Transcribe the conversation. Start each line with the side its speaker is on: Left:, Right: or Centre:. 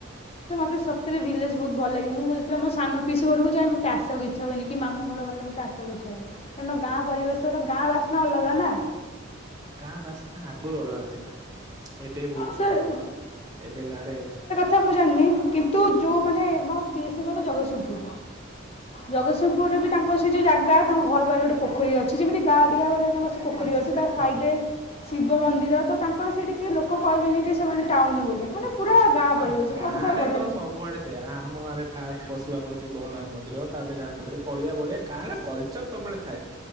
Left: ମତେ ସତରେ ଭିଲେଜ ବହୁତ ଭଲ ଲାଗେ, ମୁଁ ଯେତେବେଳେ ମୋ ସାନ ପିଇସି ଘରକୁ ଯାଏ ମତେ ଆସିବାକୁ ଇଛା ହୁଏନି ମାମୁ ଘର ଗଲେ ମତେ ଆସ ଛ କାରଣ ନା ଗାଁ ପରିବେଶର ଗାଁ ବାସ୍ନା ଅଲଗା ନା।
Right: ଗାଁ ବାସ୍ନା ଆଗରୁ ଅଲଗା ଥିଲା। ଏବେ ବହୁତ
Left: ସେ
Right: ଡିଫରେଣ୍ଟ, ଏବେ ଗାଁରେ
Left: ସେକଥା ମୁଁ ଜାଣିନି କିନ୍ତୁ ଯୋଉ ମାନେ ମୋ ପିଇସି ଘର ଜଗସିଂହପୁର। ଜଗତସିଂହପୁରରେ ବି ତାଙ୍କ ସେ ଯୋଉ ଜାଗା ତାଙ୍କ ଘର ବାରେ ଗୋଟେ ପୋଖରୀ ଅଛି ଯେମିତି <unintelligible> ଭଳିଆ ତାଙ୍କର ସେ ପୋଖରୀ
Right: ହଁ
Left: ଅଛି
Right: ସେଟା
Left: ତା ସାଇଡରେ ଶିବ ମନ୍ଦିର ତ ତାଙ୍କର ସେଇଠି କିଏ ଲୋକ କହିବେନି କି ସେମାନେ ଟାଉନ ବୋଲି ମାନେ ପୁରା ଗାଁ
Right: ହଁ
Left: ପରିବେଶ
Right: ଗାଁ
Left: ମୋତେ ପୁରା
Right: ରେ
Left: ବଢ଼ିଆ
Right: ତ
Left: ଲାଗେ
Right: ସବୁଆଡେ ସେ ଆମ ଗାଁରେ ଫାଷ୍ଟ ପଶୁଆପ ଶିବ ହନ ମନ୍ଦିର ତାପରେ ଗାଁ ଭିତରେ ପଡିଆ ବଢିଆ ଗାଁରେ <unintelligible> ସବୁବେଳେ ଥା